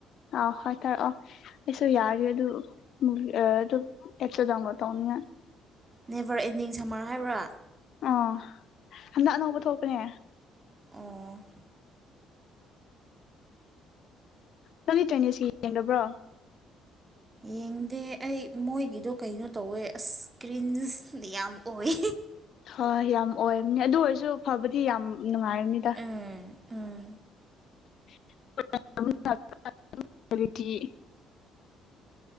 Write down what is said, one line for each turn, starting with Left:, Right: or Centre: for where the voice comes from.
Left: ꯑ ꯍꯣꯏ ꯊꯔꯛꯑꯣ ꯑꯩꯁꯨ ꯌꯥꯔꯦ ꯑꯗꯨ ꯎꯝ ꯑꯗ ꯑꯦꯞꯁꯨ ꯗꯥꯎꯟꯂꯣꯗ ꯇꯧꯅꯤꯡ ꯉꯥꯏ
Right: ꯅꯦꯚꯔ ꯑꯦꯟꯗꯤꯡ ꯁꯝꯃꯔ ꯍꯥꯏꯕ꯭ꯔꯥ
Left: ꯑ ꯍꯟꯗꯛ ꯑꯅꯧꯕ ꯊꯣꯛꯄꯅꯦ
Right: ꯑꯣ
Left: ꯅꯪꯅꯤ ꯇ꯭ꯔꯔꯤꯅꯦ ꯁꯤ ꯌꯦꯡꯕ꯭ꯔꯣ
Right: ꯌꯦꯡꯗꯦ ꯑꯩ ꯃꯣꯏꯒꯤꯗꯣ ꯀꯩꯅꯣ ꯇꯧꯋꯦ ꯑ ꯏꯁꯀ꯭ꯔꯤꯟꯁꯗꯤ ꯌꯥꯝ ꯑꯣꯏ
Left: ꯍꯣꯏ ꯌꯥꯝ ꯑꯣꯏꯅꯦ ꯑꯗꯨ ꯑꯣꯏꯔꯁꯨ ꯐꯕꯗꯤ ꯌꯥꯝ ꯅꯨꯡꯉꯥꯏꯔꯅꯤꯗ
Right: ꯎꯝ ꯎꯝ
Left: ꯤ